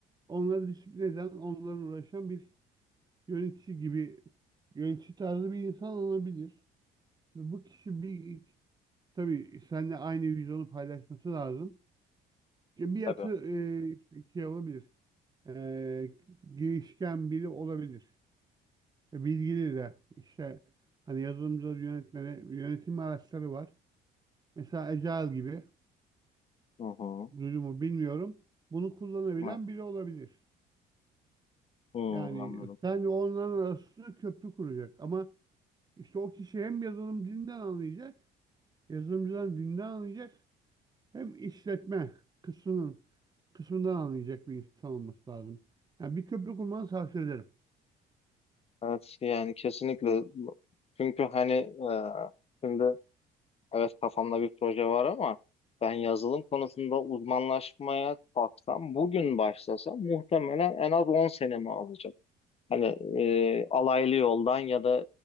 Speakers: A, on the right (about 25°); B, on the left (about 35°).
A: onları disiplin eden, onlarla uğraşan bir yönetici gibi yönetici tarzı bir insan olabilir. Ve bu kişi bir tabii seninle aynı vizyonu paylaşması lazım. İşte Bir yatı
B: Tabii.
A: e, şey olabilir. E, girişken biri olabilir. E, Bilgili de işte hani yazılımcıları yönetmeni, yönetim araçları var. Mesela Agile gibi
B: Hı hı.
A: durumu bilmiyorum. Bunu kullanabilen
B: Evet.
A: biri olabilir.
B: Hı,
A: Yani
B: anladım.
A: sen onların arasında köprü kuracak. Ama işte o kişi hem yazılım dilinden anlayacak Yazılımcıdan dinden anlayacak hem işletme kısmının kısmından anlayacak bir insan olması lazım. Yani bir köprü kurmanı tavsiye ederim.
B: Evet, yani kesinlikle. Çünkü hani e, şimdi evet kafamda bir proje var ama ben yazılım konusunda uzmanlaşmaya kalksam, bugün başlasam muhtemelen en az 10 senemi alacak. Hani e, alaylı yoldan ya da